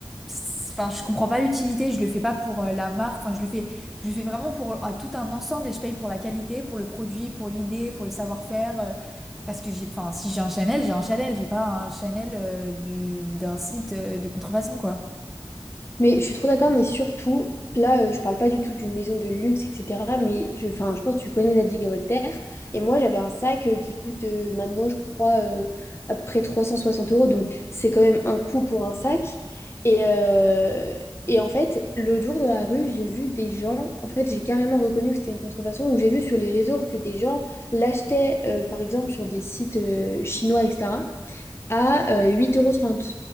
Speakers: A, in the centre; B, on the left (about 30°).
A: c'est- enfin je comprends pas l'utilité, je le fais pas pour euh, la marque, enfin je le fais, je le fais vraiment pour euh, tout un ensemble et je paye pour la qualité, pour le produit, pour l'idée, pour le savoir-faire. euh, parce que j'ai, enfin, si j'ai un Chanel, j'ai un Chanel, j'ai pas un Chanel euh, du- d'un site euh, de contrefaçon, quoi.
B: Mais je suis trop d'accord, mais surtout, là, euh, je parle pas du tout d'une maison de luxe, etc. Mais je, enfin, je pense que tu connais Zadig et Voltaire Et moi, j'avais un sac euh, qui coûte euh, maintenant, je crois, euh, à peu près 360 euros. Donc, c'est quand même un coût pour un sac. Et, euh, et en fait, l'autre jour dans la rue, j'ai vu des gens. En fait, j'ai carrément reconnu que c'était une contrefaçon. Ou j'ai vu sur les réseaux que des gens l'achetaient, euh, par exemple, sur des sites euh, chinois, etc à euh, 8,30 euros. trente.